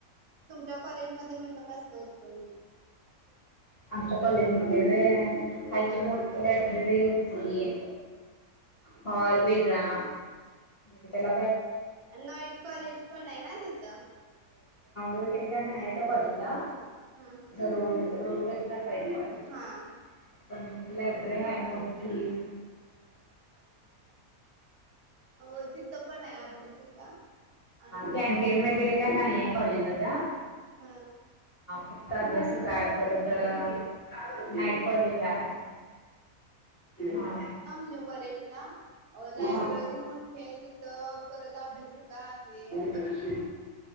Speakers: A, on the right; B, on the left.
A: तुमच्या कॉलेजमध्येध्ये कसं होतं.
B: आमच्या कॉलेज मध्ये. मोठी लायब्ररी होती. हॉल वेगळा. ग्राउंड
A: नाईट कॉलेज पण आहे ना तिथं
B: वगैरे नाही त्या कॉलेजला.
A: हा
B: रोडलाच आहे. कॉलेज
A: हा. हा
B: लायब्ररी मोठी आहे.
A: होय तिथं पण आहे अभ्यासिका आणि
B: कॅनटीन वगैरे नाही. कॉलेजला त्या
A: ह
B: फक्त अभ्यासिका आहे. नाईट कॉलेज आहे. हा
A: न्यू कॉलेजला लायब्ररी
B: हा
A: मोठी आहे. अभ्यासिका आहे.
B: त्याच्याशी